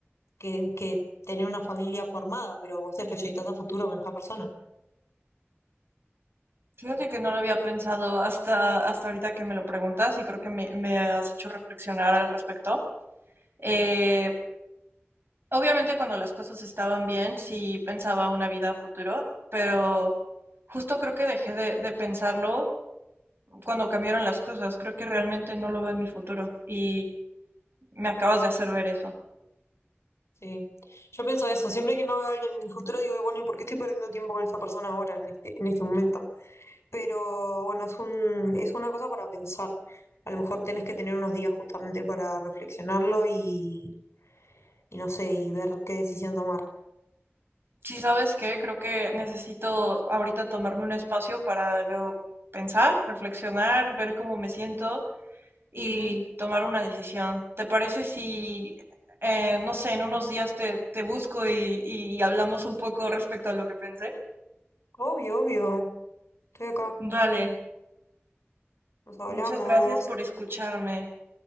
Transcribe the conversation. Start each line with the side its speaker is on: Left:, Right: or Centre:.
Left: que, que tener una familia formada, pero vos te proyectás a futuro con esta persona,
Right: Fíjate que no lo había pensado hasta, hasta ahorita que me lo preguntas y creo que me, me has hecho reflexionar al respecto. Eh, obviamente cuando las cosas estaban bien, sí pensaba una vida a futuro, pero justo creo que dejé de, de pensarlo cuando cambiaron las cosas. Creo que realmente no lo veo en mi futuro y me acabas de hacer ver eso.
Left: sí. Yo pienso eso, siempre que no veo a alguien en el futuro digo, "Y bueno, ¿y por qué estoy perdiendo tiempo con esta persona ahora, en este, en este momento? Pero bueno, es un, es una cosa para pensar. A lo mejor tenés que tener unos días justamente para reflexionarlo y, y no sé, y ver qué decisión tomar.
Right: Sí, ¿sabes qué? Creo que necesito ahorita tomarme un espacio para yo pensar, reflexionar, ver cómo me siento y
Left: Ujú.
Right: tomar una decisión. ¿Te parece si, eh, no sé, en unos días te, te busco y, y hablamos un poco respecto a lo que pensé?
Left: Obvio, obvio. Estoy acá.
Right: Vale,
Left: Nos hablamos.
Right: muchas gracias por escucharme.